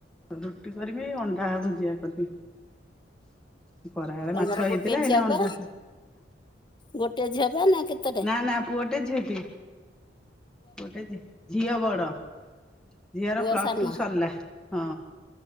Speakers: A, in the centre; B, on the left.
A: ରୁଟି କରିବି ଅଣ୍ଡା ଭୁଜିଆ କରିବି। ଖରାବେଳେ
B: ତମର
A: ମାଛ ହେଇଥିଲା
B: ଗୋଟେ
A: ଏଇନା
B: ଝିଅ
A: ଅଣ୍ଡା
B: ପା ଗୋଟେ ଝିଅ ପା ନା କେତେଟା
A: ନା ନା ପୁଅଟେ ଝିଅ ଟିଏ। ପୁଅ ଟେ ଝିଅ ବଡ। ଝିଅର
B: ପୁଅ
A: ପ୍ଲସ୍
B: ସାନ
A: ଟୁ ସାରିଲା ହଁ।